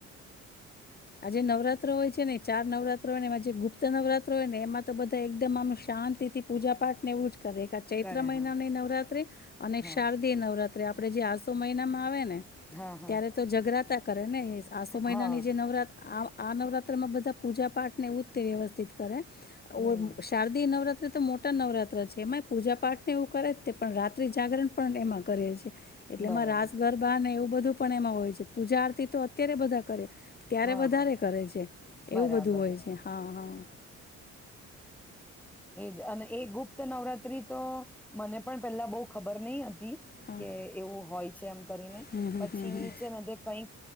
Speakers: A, on the left; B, in the centre.
A: આજે નવરાત્ર હોય છે ને ચાર નવરાત્રો હોય એ જે ગુપ્ત નવરાત્ર હોય ને એમાં તો બધા એકદમ આમ શાંતિ થી પૂજા પાઠ નેવું કરે ચૈત્ર
B: કરે
A: મહિનાની
B: હા
A: નવરાત્રી અને
B: હા
A: શારદીય નવરાત્રી આપડે જે આસો મહિનામાં આવે ને
B: હા હા
A: ત્યારે તો જગરાતા કરે ને એ આસો મહિનાની
B: હા
A: જે નવરાત્ર આ નવરાત્રમાં બધા પૂજા પાઠ ને એવું જ તે વ્યવસ્થિત કરે.
B: હમ
A: ઓ શારદીય નવરાત્રી તો મોટા નવરાત્ર છે એમાં પૂજા પાઠ ને એવું કરે તે પણ રાત્રિ જાગરણ પણ એમાં કરેએ છેએ. એટલેમાં
B: બરાબર
A: રાજસ ગરબા ને એવું બધું પણ એમાં હોય છે પૂજા આરતી તો અત્યારે બધા કરે ત્યારે
B: હા
A: વધારે
B: હા
A: કરે છે એવું
B: બરાબર
A: બધું હોય છે હા હા.
B: એજ અને એ ગુપ્ત નવરાત્રી તો મને પણ પેલા બહુ ખબર નહ હ તી
A: હા
B: કે એવું હોય. છે એમ કરીને
A: હમ હમ
B: પછી
A: હમ હમ
B: છેને તે કઈક